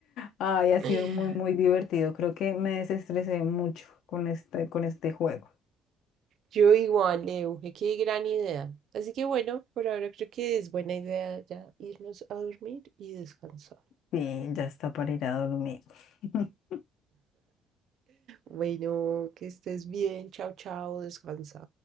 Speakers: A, on the left (about 70°); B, on the right (about 60°).
A: Ay, ha sido
B: <laughs>
A: muy, muy divertido. Creo que me desestresé mucho con este, con este juego.
B: Yo igual, Leo, que qué gran idea. Así que bueno, por ahora creo que es buena idea ya irnos a dormir y descansar.
A: Sí, ya está para ir a dormir. <laughs>
B: Bueno, que estés bien. Chao, chao, descansa.